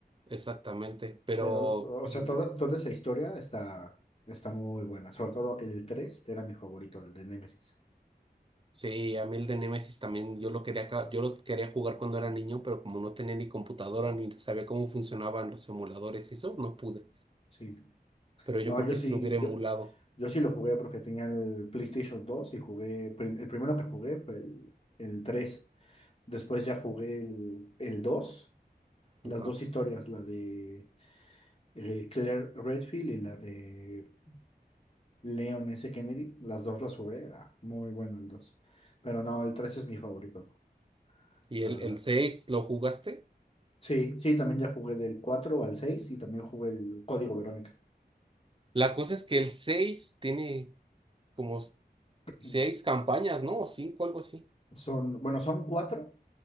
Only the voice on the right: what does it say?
Exactamente, pero
mm,
Sí, a mí el de Nemesis también, yo lo quería, ca- yo lo quería jugar cuando era niño, pero como no tenía ni computadora ni sabía cómo funcionaban los emuladores y eso, no pude.
Pero yo
creo
que
sí lo hubiera emulado.
Ajá.
¿Y
el,
el seis lo jugaste?
La cosa es que el 6 tiene como
seis campañas, ¿no? O cinco, algo así.